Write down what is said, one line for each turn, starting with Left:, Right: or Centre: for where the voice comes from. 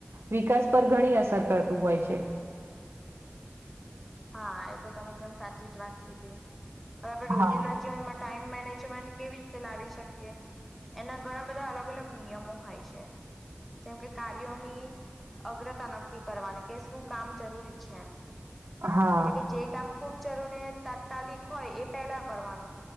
Right: વિકાસ પર ઘણી અસર કરતુ હોય છે.
Centre: હા એ તો તમે એકદમ સાચી જ વાત કીધી. હવે આપણે
Right: હા
Centre: રોજિંદા જીવન માટે ટાઈમ મેનેજમેન્ટ કેવી રીતે લાવી શકીએ? એના ઘણા બધા અલગ અલગ નિયમો હોય છે. જેમ કે કાર્યોની અગ્રતા નક્કી કરવાની કે શુ કામ જરૂરી છે એમ.
Right: હા
Centre: એટલે કે જે કામ ખૂબ જરૂરી તાત્કાલિક હોય એ પહેલા કરવાનુ.